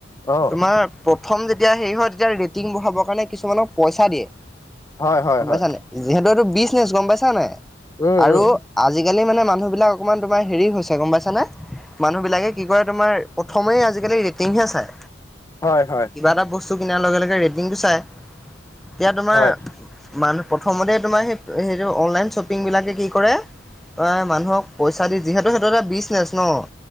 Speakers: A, on the left; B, in the centre.
A: অ',
B: তোমাৰ প্ৰথম যেতিয়া হেৰি হয় তেতিয়া ৰেটিং বোৰ হ'বৰ কাৰণে কিছুমানক পইচা দিয়ে
A: হয় হয়
B: গম
A: হয়,
B: পাইছা নাই যিহেতু এইটো বিজনেচ গম পাইছা নাই
A: উম
B: আৰু
A: উম,
B: আজিকালি আজিকালি মানে মানুহবিলাক অকণমান তোমাৰ হেৰি হৈছে গম পাইছানে মানুহ বিলাকে কি কৰে তোমাৰ প্ৰথমে আজিকালি ৰেটিংহে চাই।
A: হয় হয়।
B: কিবা এটা বস্তু কিনাৰ লগে লগে ৰেটিংটো চাই এতিয়া তোমাৰ
A: হয়,
B: মানুহ প্ৰথমতে তোমাৰ সেই অনলাইন শ্বপ -পিংবিলাকে কি কৰে মানুহক পইচা দি যিহেতু সেইটো এটা বিজনেচ ন'।